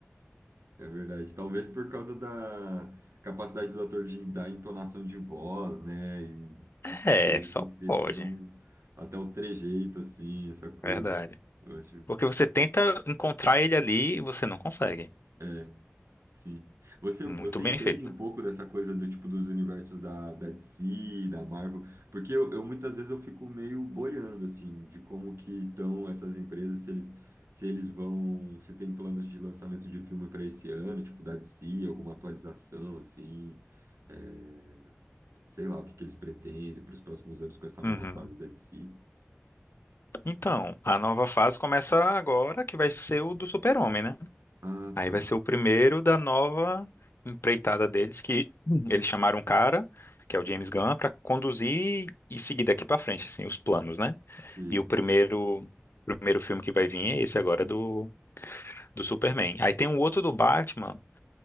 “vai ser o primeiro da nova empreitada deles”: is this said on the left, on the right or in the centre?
Left